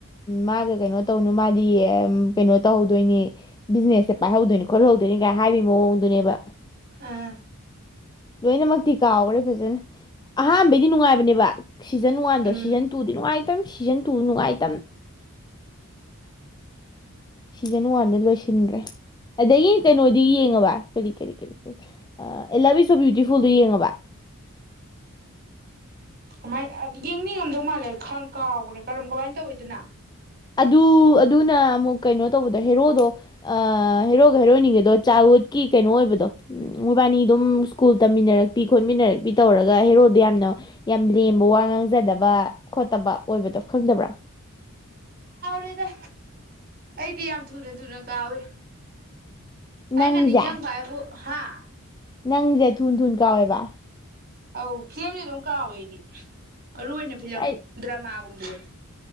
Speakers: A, on the left; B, on the right.
A: ꯃꯥꯒ ꯀꯩꯅꯣ ꯇꯧꯅꯨ ꯃꯥꯗꯤ ꯀꯩꯅꯣ ꯇꯧꯍꯧꯗꯣꯏꯅꯤ ꯕꯤꯖꯤꯅꯦꯁꯁꯦ ꯄꯥꯏꯍꯧꯗꯣꯏꯅꯤ ꯈꯣꯠꯍꯍꯧꯗꯣꯏꯅꯤ ꯀꯥꯏꯅ ꯍꯥꯏꯕꯒꯤ ꯃꯑꯣꯡꯗꯨꯅꯦꯕ
B: ꯑꯥ
A: ꯂꯣꯏꯅꯃꯛꯇꯤ ꯀꯥꯎꯈ꯭ꯔꯦ ꯐꯖꯅ ꯑꯍꯥꯟꯕꯩꯗꯤ ꯅꯨꯡꯉꯥꯏꯕꯅꯦꯕ ꯁꯤꯖꯟ ꯋꯥꯟꯗꯣ
B: ꯎꯝ
A: ꯁꯤꯖꯟ ꯇꯨꯗꯤ ꯅꯨꯡꯉꯥꯏꯇ ꯁꯤꯖꯟ ꯇꯨ ꯅꯨꯡꯉꯥꯏꯇꯝꯅ ꯁꯤꯖꯟ ꯋꯥꯟꯗ ꯂꯣꯏꯁꯤꯟꯈ꯭ꯔꯦ ꯑꯗꯒꯤ ꯀꯩꯅꯣꯗꯤ ꯌꯦꯡꯉꯕ ꯀꯔꯤ ꯀꯔꯤ ꯀꯔꯤ ꯀ ꯂꯞ ꯏꯁ ꯁꯣ ꯕ꯭ꯌꯨꯇꯤꯐꯨꯜꯗꯣ ꯌꯦꯡꯉꯕ
B: ꯀꯃꯥꯏꯅ ꯌꯦꯡꯅꯤꯡꯉꯝꯗꯧ ꯃꯥꯜꯂꯦ ꯈꯪ ꯀꯥꯎꯈ꯭ꯔꯦ ꯀꯔꯝ ꯀꯃꯥꯏꯅ ꯇꯧꯋꯤꯗꯨꯅ
A: ꯑꯗꯨ ꯑꯗꯨꯅ ꯑꯃꯨꯛ ꯀꯩꯅꯣ ꯇꯧꯕꯗꯣ ꯍꯦꯔꯣꯗꯣ ꯍꯦꯔꯣꯒ ꯍꯦꯔꯣꯏꯅꯤꯒꯗꯣ ꯆꯥꯏꯜꯍꯨꯗꯀꯤ ꯀꯩꯅꯣ ꯑꯣꯏꯕꯗꯣ ꯃꯣꯏꯕꯥꯅꯤ ꯑꯗꯨꯝ ꯁ꯭ꯀꯨꯜ ꯇꯝꯃꯤꯟꯅꯔꯛꯄꯤ ꯈꯣꯠꯃꯤꯟꯅꯔꯛꯄꯤ ꯇꯧꯔꯒ ꯍꯦꯔꯣꯗꯣ ꯌꯥꯝꯅ ꯌꯥꯝ ꯂꯦꯝꯕ ꯋꯥ ꯉꯥꯡꯖꯗꯕ ꯈꯣꯠꯇꯕ ꯑꯣꯏꯕꯗꯣ ꯈꯪꯗꯕ꯭ꯔꯥ
B: ꯌꯥꯗ ꯑꯩ ꯗꯤ ꯌꯥꯝ ꯊꯨꯔ ꯊꯨꯔ ꯀꯋꯦ ꯑꯩꯅ
A: ꯅꯪꯁꯦ
B: ꯅꯤꯡꯖꯪꯕ ꯍꯥꯏꯕꯨ ꯍꯥꯥ
A: ꯅꯪꯁꯦ ꯊꯨꯅ ꯊꯨꯅ ꯀꯥꯎꯋꯦꯕ
B: ꯑꯧ ꯐꯤꯂꯝꯖꯦ ꯑꯗꯨꯝ ꯀꯥꯎꯋꯦ ꯑꯩꯗꯤ ꯃꯔꯨ ꯑꯣꯏ ꯐꯤꯂꯝ
A: ꯑꯩ
B: ꯗ꯭ꯔꯃꯥ ꯒꯨꯝ <unintelligible>